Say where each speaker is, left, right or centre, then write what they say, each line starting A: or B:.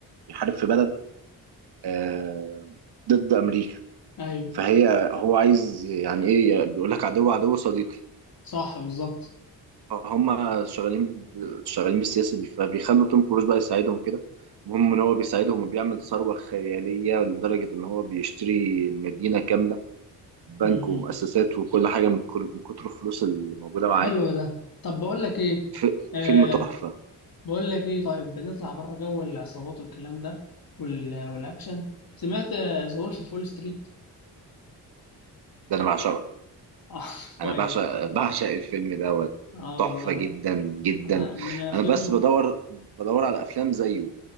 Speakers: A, on the right; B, on the left.
A: بيحارب في بلد آه ضد امريكا
B: ايوه
A: فهي هو عايز يعني ايه بيقول لك عدو عدو صديقي
B: صح بالظبط
A: فهم شغالين ب- شغالين بالسياسه دي فبيخلوا توم كروز بقى يساعدهم كده المهم ان هو بيساعدهم وبيعمل ثروه خياليه لدرجه ان هو بيشتري مدينه كامله بنك
B: مم.
A: ومؤسسات وكل حاجه من كل من كتر الفلوس اللي موجوده معاه
B: حلو ده طب بقول لك ايه
A: ف-
B: آه
A: فيلم تحفه
B: بقول لك ايه طيب نطلع بره جو العصابات والكلام ده وال... والاكشن سمعت ذا وولف في فول ستريت
A: ده انا بعشقه
B: اه <laughs> كويس
A: انا بعشق بعشق الفيلم دوت
B: اه
A: تحفه
B: والله
A: جدا جدا
B: انا من الافلام
A: انا بس
B: ال...
A: بدور بدور على افلام زيه